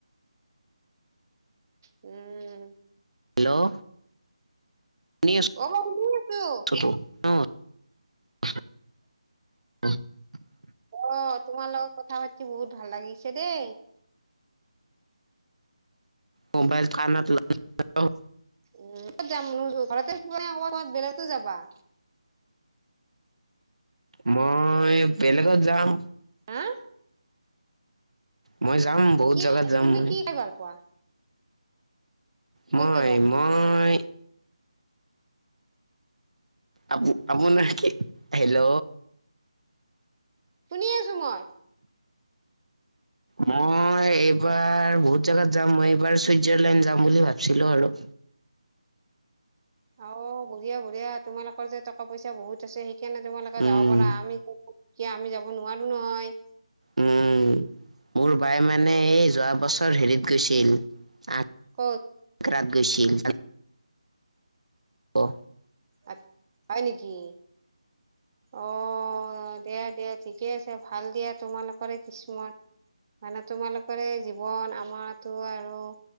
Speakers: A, on the right; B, on the right.
A: উম,
B: হেল্ল' শুনি
A: অ', মই শুনি আছো।
B: তো অ <unintelligible>
A: অ', তোমাৰ লগত কথা পাতি বহুত ভাল লাগিছে দেই।
B: মোবাইল কানত <unintelligible>
A: উম কত যাম ঘৰতে <unintelligible> বেলেগতো যাবা?
B: মই, বেলেগত যাম।
A: হা?
B: মই যাম, বহুত
A: কি
B: জেগাত
A: খাই
B: যাম
A: তুমি
B: মই।
A: কি খাই ভাল পোৱা
B: মই,
A: ক'ত ক'ত যোৱা
B: মই আপ-আপোনৰ কি, হেল্ল'
A: শুনি আছো মই।
B: মই এইবাৰ বহুত জোগাত যাম, মই এইবাৰ চুইজাৰলেণ্ড যাম বুলি ভাবিছিলো আৰু।
A: অ বঢিয়া বঢ়িয়া, তোমালোকৰ যে টকা পইচা বহুত আছে স সেইকাৰণে তোমালোকে
B: উম
A: যাব পাৰা, আমিতো দুখীয়া, আমি যাব নোৱাৰো নহয়।
B: উম, মোৰ বাই মানে এই যোৱা বছৰ হেৰিত গৈছিল, আ
A: ক'ত?
B: <unintelligible> গৈছিল। অ',
A: আ, হয় নেকি? অ', দিয়া দিয়া ঠিকে আছে ভাল দিয়া তোমালোকৰে, কিছুমান মানে তোমালোকৰএই জীৱন, আমাৰতো আৰু